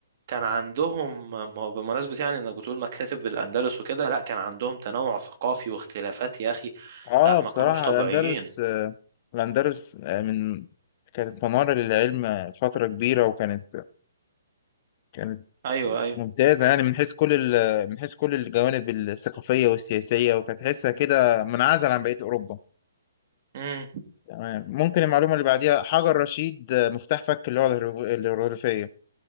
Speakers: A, on the right; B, on the left.
A: كان عندهم ما هو بمناسبة يعني انك بتقول مكاتب الأندلس وكده لا كان عندهم تنوع ثقافي واختلافات يا أخي
B: اه
A: لا ما
B: بصراحه
A: كانوش طبيعيين
B: الاندلس آه، الاندلس آه، من كانت منار للعلم فتره كبيره وكانت كانت
A: ايوه ايوه
B: ممتازة يعني من حيث كل ال... من حيث كل الجوانب الثقافية والسياسية وكانت تحسها كده منعزل عن بقية أوروبا
A: امم
B: تمام ممكن المعلومة اللي بعديها حجر رشيد آه، مفتاح فك اللغة الهيروغ- الهيروغليفية